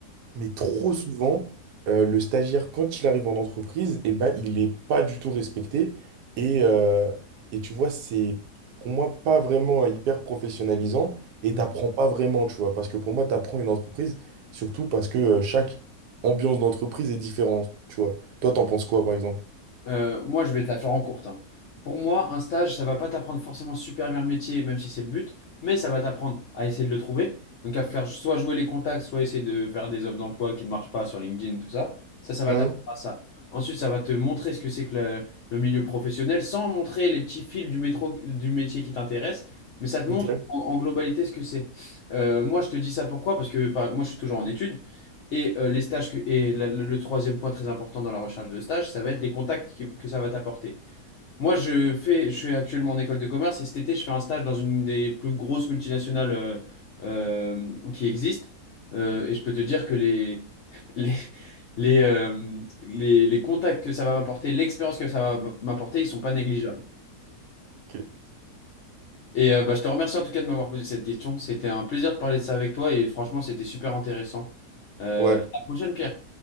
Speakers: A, on the right; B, on the left.
A: Mais trop souvent, euh, le stagiaire, quand il arrive en entreprise, eh ben, il n'est pas du tout respecté. Et, euh, et tu vois, c'est pour moi pas vraiment euh, hyper professionnalisant et
B: Ouais.
A: t'apprends pas vraiment, tu vois. Parce que pour moi, t'apprends une entreprise, surtout parce que euh, chaque ambiance d'entreprise est différente, tu vois. Toi, t'en penses quoi, par exemple?
B: Euh, moi, je vais te la faire en courte. hein. Pour moi, un stage, ça va pas t'apprendre forcément super bien le métier, même si c'est le but, mais ça va t'apprendre à essayer de le trouver. Donc à faire soit jouer les contacts, soit essayer de faire des offres d'emploi qui ne marchent pas sur LinkedIn, tout ça. Ça, ça va
A: Hum,
B: t'apprendre à ça. Ensuite, ça va te montrer ce que c'est que le, le milieu professionnel, sans montrer les petits fils du métro, du métier qui t'intéresse, mais ça te
A: ok,
B: montre en, en globalité ce que c'est. Euh, moi, je te dis ça pourquoi? Parce que par- moi, je suis toujours en études. Et euh, les stages que, et la- le, le troisième point très important dans la recherche de stage, ça va être les contacts qui- que ça va t'apporter. Moi, je fais, je suis actuellement en école de commerce et cet été, je fais un stage dans une des plus grosses multinationales euh, euh, qui existent. Euh, et je peux te dire que les, les, <laughs> les, euh, les, les contacts que ça va m'apporter, l'expérience que ça va m'apporter, ils sont pas négligeables.
A: ok.
B: Et euh, bah, je te remercie en tout cas de m'avoir posé cette question. C'était un plaisir de parler de ça avec toi et franchement, c'était super intéressant. Euh,
A: Ouais.
B: à la prochaine, Pierre.